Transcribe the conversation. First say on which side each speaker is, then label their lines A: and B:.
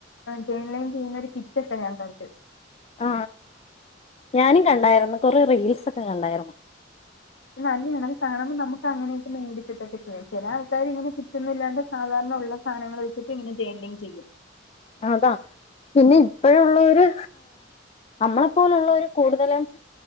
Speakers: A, on the left (about 75°); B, on the left (about 35°).
A: ജെൺലൈൻ ചെയ്യുന്ന ഒരു കിറ്റ് ഒക്കെ ഞാൻ കണ്ട്
B: ആ ഞാനും കണ്ടായിരുന്നു കൊറെ റീൽസൊക്കെ കണ്ടായിരുന്നു
A: നല്ലതാണെ കാണുമ്പോൾ നമുക്ക് അങ്ങനെയൊക്കെ മേടിച്ചിട്ടൊക്കെ ചെയ്യാം ചില ആൾക്കാർ ഇങ്ങനെ കിറ്റൊന്നില്ലാ സാധാരണ ഉള്ള സാനങ്ങൾ വെച്ചിട്ട് ഇങ്ങനെജേർണൽ ചെയ്യും
B: അതാ പിന്നെ ഇപ്പോഴോള്ളൊരു നമ്മളെപ്പോലുള്ളോർ കൂടുതലും